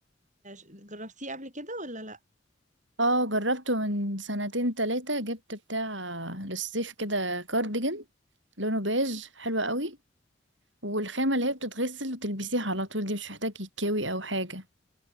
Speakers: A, on the right; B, on the right.
A: جربتيه قبل كده ولا لا
B: اه جربته من سنتين تلاتة جبت بتاع للصيف كده كارديجان لونه بيج حلو قوي والخامة اللي هي بتتغسل وتلبسيها على طول دي مش محتاج يتكوي أو حاجة